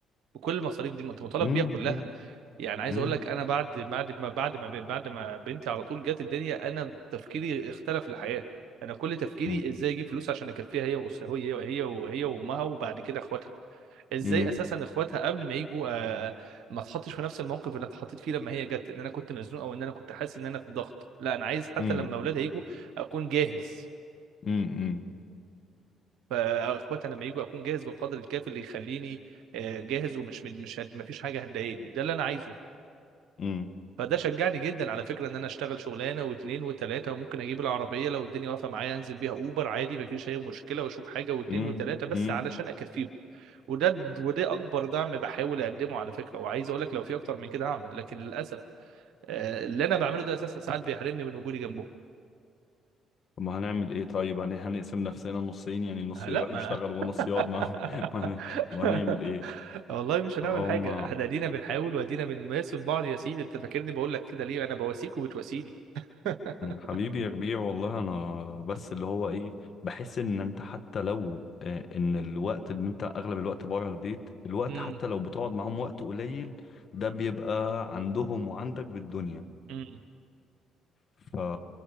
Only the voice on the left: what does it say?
مم،
مم،
مم،
مم،
مم،
مم،
مم،
مم،
مم،
مم.
طب ما هنعمل ايه طيب يعني هنقسم نفسنا نصين يعني نص
يروح
يشتغل ونص
يقعد معاهم <laughs> ما هن- ما هنعمل ايه
فهم
حبيبي يا ربيع والله انا بس اللي هو ايه بحس ان انت حتى لو آه، ان الوقت اللي انت اغلب الوقت بره البيت الوقت
حتى لو بتقعد معاهم وقت قليل ده بيبقى عندهم وعندك بالدنيا
ف...